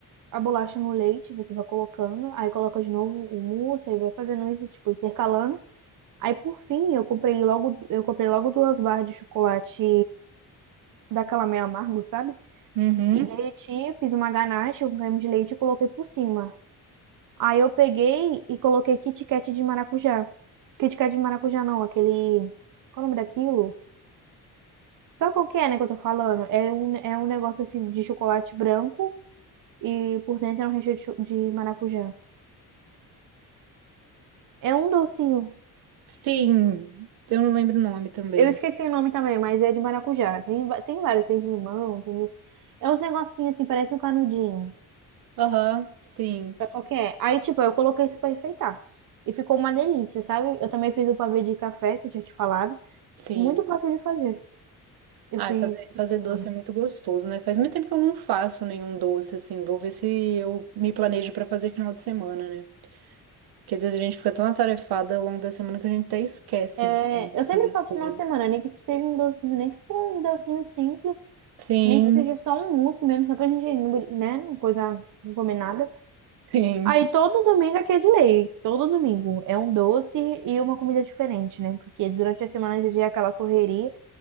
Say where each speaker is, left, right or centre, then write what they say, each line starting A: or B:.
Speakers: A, on the right (about 55°); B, on the right (about 75°).
A: a bolacha no leite, você vai colocando. Aí coloca de novo o mousse, aí vai fazendo isso, tipo, intercalando. Aí, por fim, eu comprei logo, eu comprei logo duas barras de chocolate daquela meio amargo, sabe?
B: Uhum.
A: E derreti, fiz uma ganache com creme de leite e coloquei por cima. Aí eu peguei e coloquei Kit Kat de maracujá. Kit Kat de maracujá não, aquele. Qual é o nome daquilo? Sabe qual que é, né, que eu tô falando? É um, é um negócio assim de chocolate branco e por dentro é um recheio de, cho- de maracujá. É um docinho.
B: Sim, eu não lembro o nome também.
A: Eu esqueci o nome também, mas é de maracujá. Tem, va- tem vários, tem de limão, tem de- É uns negocinhos assim, parece um canudinho.
B: Aham, sim,
A: Sabe qual que é? Aí, tipo, eu coloquei isso pra enfeitar. E ficou uma delícia, sabe? Eu também fiz o pavê de café, que eu tinha te falado.
B: sim.
A: Muito fácil de fazer. Eu
B: Ai,
A: fiz
B: fazer,
A: final
B: fazer
A: de
B: doce
A: semana.
B: é muito gostoso, né? Faz muito tempo que eu não faço nenhum doce, assim. Vou ver se eu me planejo pra fazer final de semana, né? Porque às vezes a gente fica tão atarefada ao longo da semana que a gente até esquece
A: É,
B: de
A: eu sempre
B: fazer as
A: faço
B: coisas.
A: final de semana, nem que seja um docinho, nem que for um docinho simples,
B: Sim,
A: nem que seja só um mousse mesmo, só pra gente, não bri- né, não coisa, não comer nada.
B: sim.
A: Aí todo domingo aqui é de lei, todo domingo é um doce e uma comida diferente, né? Porque durante a semana a gente é aquela correria